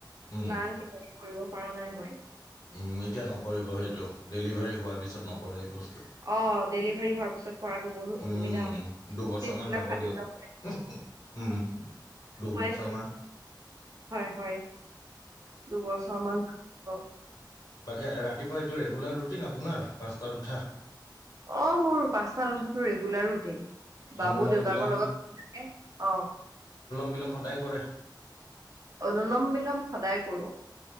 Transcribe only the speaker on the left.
উম
উম এতিয়া নকৰিব সেইটো ডেলিভাৰী হোৱাৰ পিছত নকৰে এই বচ
উম,
দুবছৰ
মমান
যাব
দিয়ক।
উম। দুবছৰমান
তাকে, ৰাতিপুৱা এইটো ৰেগুলাৰ ৰুটিন আপোনাৰ পাঁচটাত উঠা?
অনুলম
বিলম
<unintelligible> সদায় কৰে।